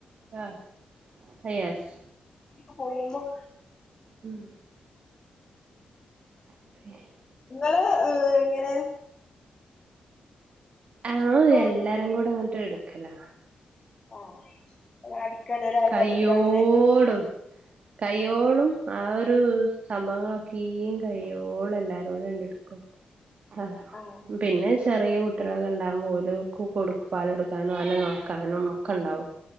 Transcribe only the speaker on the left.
പോവുമ്പം
ഇങ്ങള് എങ്ങനെ
ഇപ്പൊ
വീട്ടിൽ
ആഹ് ഒരാള് അടിക്ണങ്കി ഒരാള്
തോട്ക്കാ അങ്ങനെ
ആഹ്